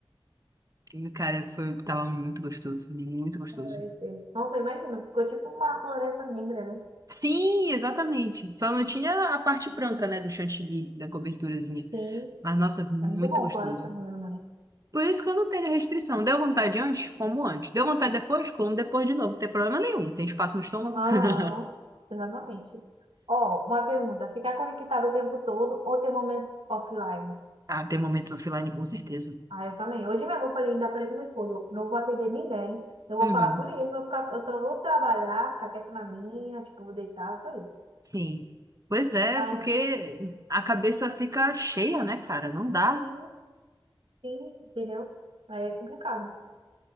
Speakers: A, on the right; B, on the right.
A: E, cara, foi, tava muito gostoso, muito gostoso.
B: Ai, sim. Nossa, imagina, ficou tipo uma floresta negra, né?
A: Sim, exatamente. Só não tinha a parte branca, né, do chantilly, da coberturazinha.
B: Sim,
A: Mas, nossa, muito
B: é muito bom
A: gostoso.
B: floresta negra, né?
A: Por isso que eu não tenho restrição. Deu vontade antes? Como antes. Deu vontade depois? Como depois de novo. Não tem problema nenhum. Tem espaço no estômago?
B: Aham,
A: <laughs>
B: exatamente. Ó, uma pergunta. Ficar conectado o tempo todo ou ter momentos offline?
A: Ah, tem momentos offline, com certeza.
B: Ah, eu também. Hoje mesmo eu falei, ainda falei com meu esposo, não vou atender ninguém, não vou
A: Uhum.
B: falar com ninguém, senão eu, vou ficar, eu só vou trabalhar, ficar quieto na minha, tipo, vou deitar, só isso.
A: Sim. Pois é,
B: Mas
A: porque a cabeça fica cheia, né, cara? Não dá.
B: sim, sim, entendeu? Aí é complicado.